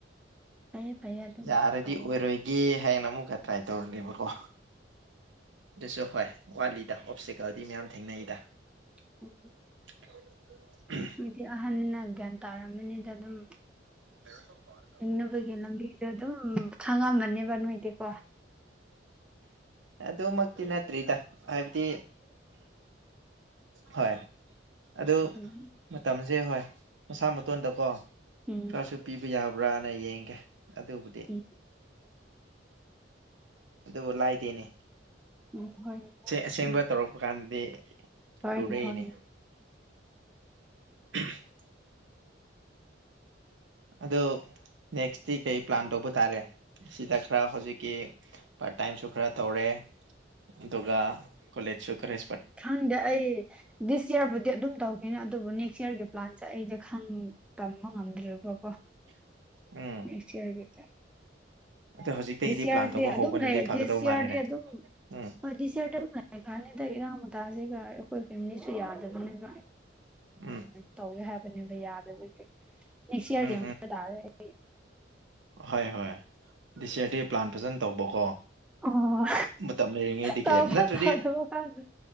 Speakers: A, in the centre; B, on the right.
A: ꯐꯩꯌꯦ ꯐꯩꯌꯦ ꯑꯗꯨꯝ
B: ꯌꯥꯔꯗꯤ
A: ꯇꯧꯑꯣ
B: ꯑꯣꯏꯔꯣꯏ ꯒꯦ ꯍꯥꯏꯅ ꯑꯃꯨꯛꯀ ꯇ꯭ꯔꯥꯏ ꯇꯧꯔꯅꯤꯕꯀꯣ ꯑꯗꯨꯁꯨ ꯍꯣꯏ ꯋꯥꯠꯂꯤꯗ ꯑꯣꯞꯁꯇꯤꯀꯜꯗꯤꯤ ꯃꯌꯥꯝ ꯊꯦꯡꯅꯩꯗ
A: <unintelligible>
B: <unintelligible>
A: ꯅꯣꯏꯗꯤ ꯑꯍꯟꯅꯤꯅ ꯒ꯭ꯌꯥꯟ ꯇꯥꯔꯝꯃꯅꯤꯗ ꯑꯗꯨꯝ
B: <unintelligible>
A: ꯍꯤꯡꯅꯕꯒꯤ ꯂꯝꯕꯤꯗ ꯗꯨꯝ ꯈꯪꯉꯝꯃꯅꯤꯕ ꯅꯣꯏꯗꯤꯀꯣ
B: ꯑꯗꯨꯃꯛꯇꯤ ꯅꯠꯇ꯭ꯔꯤꯗ ꯍꯥꯏꯕꯗꯤ ꯍꯣꯏ ꯑꯗꯨ
A: ꯎꯝ
B: ꯃꯇꯝꯁꯦ ꯍꯣꯏ ꯃꯁꯥ ꯃꯇꯣꯟꯗꯀꯣ
A: ꯎꯝ
B: ꯈꯔꯁꯨ ꯄꯤꯕ ꯌꯥꯕ꯭ꯔꯥꯅ ꯌꯦꯡꯒꯦ ꯑꯗꯨꯕꯨꯗꯤ
A: ꯎꯝ
B: ꯑꯗꯨꯕꯨ ꯂꯥꯏꯗꯦꯅꯦ
A: ꯎꯝ ꯍꯣꯏꯅꯦ ꯍꯣꯏꯅꯦ
B: ꯑꯁꯦꯡꯕ
A: ꯁꯨꯝ
B: ꯇꯧꯔꯛꯄ ꯀꯥꯟꯗꯗꯤ
A: ꯍꯣꯏꯅꯦ
B: ꯂꯨꯔꯩꯅꯦ
A: ꯍꯣꯏꯅꯦ
B: <unintelligible> ꯑꯗꯣ ꯅꯦꯛꯁꯇꯤ ꯀꯩ ꯄ꯭ꯂꯥꯟ ꯇꯧꯕ ꯇꯥꯔꯦ ꯑꯁꯤꯗ ꯈꯔ ꯍꯧꯖꯤꯛꯀꯤ ꯄꯥꯔꯠ ꯇꯥꯏꯝꯁꯨ ꯈꯔ ꯇꯧꯔꯦ ꯑꯗꯨꯒ ꯀꯣꯂꯦꯖꯁꯨ ꯈꯔ
A: ꯈꯪꯗꯦ ꯑꯩ ꯗꯤꯁ ꯌꯔꯕꯨꯗꯤ ꯑꯗꯨꯝ ꯇꯧꯈꯤꯅꯦ ꯑꯗꯨꯕꯨ ꯅꯦꯛꯁ ꯏꯌꯔꯒꯤ ꯄ꯭ꯂꯥꯟꯁꯦ ꯑꯩꯁꯦ ꯈꯪ ꯇꯝꯕ ꯉꯝꯗ꯭ꯔꯤꯕꯀꯣ
B: ꯎꯝ
A: ꯅꯦꯛꯁ ꯏꯌꯥꯔꯒꯤꯁꯦ
B: ꯑꯗꯣ ꯍꯧꯖꯤꯛꯇꯒꯤꯗꯤ
A: ꯗꯤꯁ ꯌꯥꯔꯗꯤ
B: ꯄ꯭ꯂꯥꯟ ꯇꯧꯕ
A: ꯑꯗꯨꯝ
B: ꯍꯧꯕꯅꯗꯤ
A: ꯂꯩ
B: ꯐꯒꯗꯧ
A: ꯗꯤꯁ
B: ꯃꯥꯜꯂꯦꯅꯦ
A: ꯌꯔꯗꯤ ꯑꯗꯨꯝ
B: ꯎꯝ
A: ꯗꯤꯁꯔꯗꯤ ꯑꯗꯨꯝ ꯂꯩꯈ꯭ꯔꯅꯤꯗ ꯏꯔꯥꯡ ꯃꯇꯥꯁꯤꯒ ꯑꯩꯈꯣꯏ ꯐꯦꯃꯤꯂꯤꯁꯨ ꯌꯥꯗꯕꯅꯦꯕ
B: ꯎꯝ
A: ꯇꯧꯅꯤ ꯍꯥꯏꯕꯅꯦꯕ ꯌꯥꯗꯕꯒꯤ ꯅꯦꯛꯁ ꯏꯌꯥꯔ
B: ꯎꯝ
A: ꯌꯦꯡꯕ ꯇꯥꯔꯦ ꯑꯩꯗꯤ
B: ꯑꯍꯣꯏ ꯍꯣꯏ ꯗꯤꯁ ꯌꯔ ꯗ ꯄ꯭ꯂꯥꯟ ꯐꯖꯅ ꯇꯧꯕꯀꯣ
A: ꯑꯣ
B: ꯃꯇꯝ ꯂꯩꯔꯤꯉꯩꯗꯒꯤ
A: ꯇꯧꯕ
B: ꯅꯠꯇ꯭ꯔꯗꯤ
A: ꯇꯧꯗꯕ ꯈꯪꯗꯦ